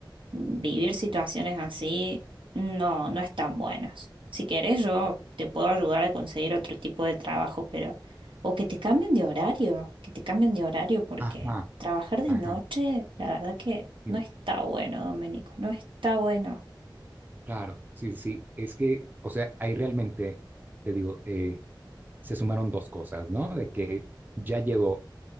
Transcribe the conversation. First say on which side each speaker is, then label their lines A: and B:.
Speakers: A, on the right; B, on the right.
A: vivir situaciones así no, no están buenas. Si querés yo te puedo ayudar a conseguir otro tipo de trabajo, pero o que
B: ajá,
A: te cambien de horario, que te cambien de horario porque
B: ajá,
A: trabajar de
B: ajá.
A: noche, la verdad que
B: Sí.
A: no está bueno, Domenico, no está bueno.
B: Claro, sí, sí, sí. es que, o sea, ahí realmente, te digo, eh, se sumaron dos cosas, ¿no? De que ya llegó